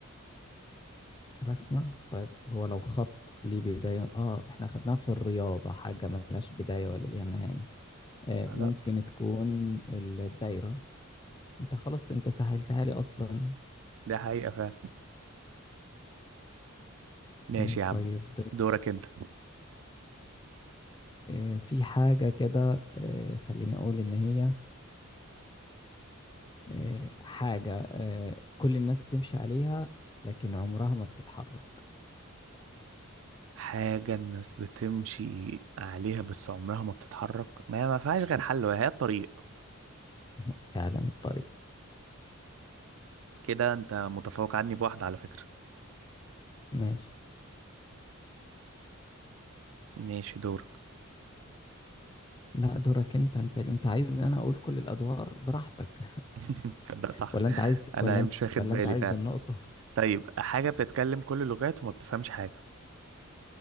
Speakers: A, on the left (about 20°); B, on the right (about 65°).
A: رسمة طيب هو لو خط ليه بداية آه إحنا خدناها في الرياضة حاجة ملهاش بداية ولا ليها نهاية آه،
B: خلاص
A: ممكن تكون الدايرة أنت خلاص أنت سهلتها لي أصلا
B: ده حقيقة فعلا ماشي
A: آه،
B: يا عم
A: طيب
B: دورك انت
A: آه، في حاجة كده آه، خليني أقول إن هي آه، حاجة آه، كل الناس بتمشي عليها لكن عمرها ما بتتحرك
B: حاجة الناس بتمشي عليها بس عمرها ما بتتحرك ما هي ما فيهاش غير حل وهي الطريق
A: <laughs> فعلا الطريق
B: كده انت متفوق عني بواحدة على فكرة
A: ماشي
B: ماشي دورك
A: لا دورك انت انت انت عايزني انا اقول كل الادوار براحتك
B: <laughs> تصدق صح
A: ولا انت عايز
B: انا
A: ولا انت
B: مش واخد
A: ولا
B: بالي
A: انت عايز
B: فعلا
A: النقطة
B: طيب حاجة بتتكلم كل اللغات وما بتفهمش حاجة